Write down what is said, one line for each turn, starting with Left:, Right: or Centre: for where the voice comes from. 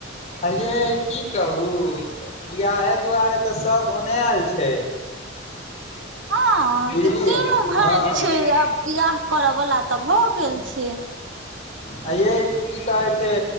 Left: हये की कहू बिआहे दुआरे तऽ सब औनायल छै
Right: हाँ
Left: बुझलियै
Right: से तीनू भाई
Left: हँ
Right: छै आ बियाह करऽ वाल तऽ भए गेल छै
Left: हाँ ये की कहे छै